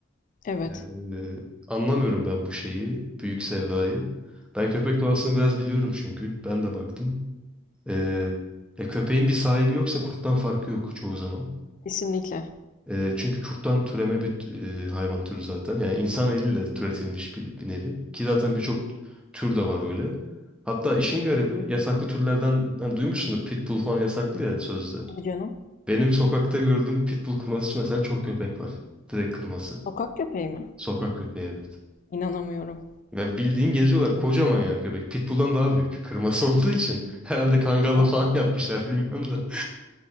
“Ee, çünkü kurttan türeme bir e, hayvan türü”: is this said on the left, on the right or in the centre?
Centre